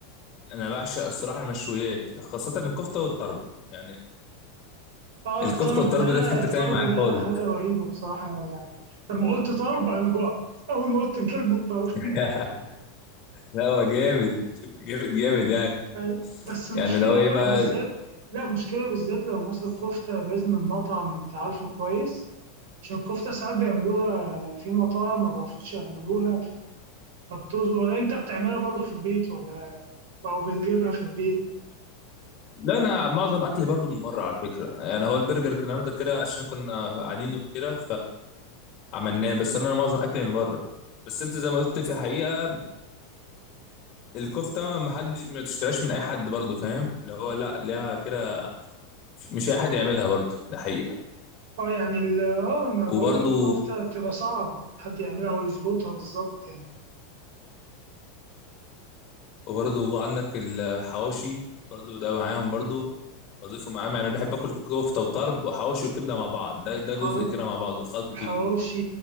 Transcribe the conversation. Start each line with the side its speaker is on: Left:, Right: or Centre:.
Left: انا بعشق الصراحه المشويات خاصه الكفته والطرب يعني
Right: اه
Left: الكفته
Right: الطلب
Left: والطرب
Right: ده
Left: ده في حته
Right: الطلب
Left: تانية معايا
Right: ده
Left: خالص
Right: حاجة رهيبة بصراحة يعني لما قلت طلب انا جوعت اول ما قلت كلمة طلب
Left: <laughs> لا هو جامد جامد جامد يعني
Right: <laughs> بس المشكلة
Left: يعني لو ايه
Right: بقى
Left: بقى
Right: بالذات لا المشكلة بالذات لو مثلا كفتة لازم المطعم انت عارفه كويس عشان الكفتة ساعات بيعملوها في مطاعم ما بيعرفوش يعملوها مكتوب ولا انت بتعملها برضو في البيت ولا إيه؟ او بتجيبها في البيت
Left: لا انا معظم اكلي برضو من بره على فكره يعني هو البرجر كان النهارده كده عشان كنا قاعدين وكده فعملناه بس انا معظم اكلي من بره بس انت زي ما قلت في حقيقه الكفته ما حد ما تشتراش من اي حد برضو فاهم اللي هو لا ليها كده مش اي حد يعملها برضو ده حقيقه
Right: اه يعني ال- اه انا
Left: وبرضو
Right: بقول لك الكفته بتبقى صعب حد يعملها او يظبطها بالظبط يعني
Left: وبرضو عندك الحواوشي برضو ده معاهم برضو بضيفه معاهم يعني بحب اكل كفته وطرب وحواوشي وكبده مع بعض ده ده جزء
Right: آه،
Left: كده مع بعض الخلط
Right: الحواوشي
Left: كده.